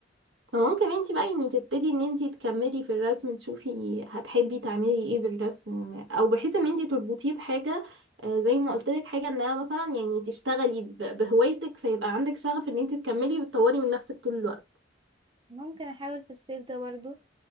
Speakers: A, on the right (about 80°); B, on the right (about 25°).
A: فممكن انتي بقى يعني تبتدي ان انتي تكملي في الرسم تشوفي هتحبي تعملي ايه بالرسم او بحيث ان انتي تربطيه بحاجة آه، زي ما قلت لك حاجة انها مثلا يعني تشتغلي ب- بهوايتك فيبقى عندك شغف ان انتي تكملي وتطوري من نفسك طول الوقت
B: ممكن احاول في الصيف ده برضو